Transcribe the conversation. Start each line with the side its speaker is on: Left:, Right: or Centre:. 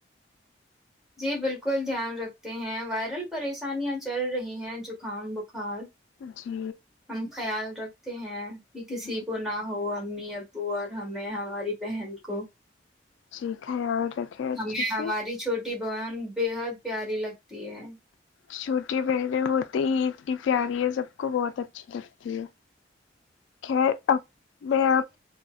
Centre: جی بالکل دھیان رکھتے ہیں وائرل پریشانیاں چل رہی ہیں زکام بخار
Left: جی
Centre: ہم خیال رکھتے ہیں کہ کسی
Left: جی
Centre: کو نہ ہوا امی ابو اور ہمیں ہماری بہن کو
Left: جی خیال رکھیں اچھے
Centre: ہمیں
Left: سے
Centre: ہماری چھوٹی بہن بے حد پیاری لگتی ہے
Left: چھوٹی بہنیں ہوتی ہی اتنی پیاری ہے سب کو بہت اچھی لگتی ہے خیر اب میں آپ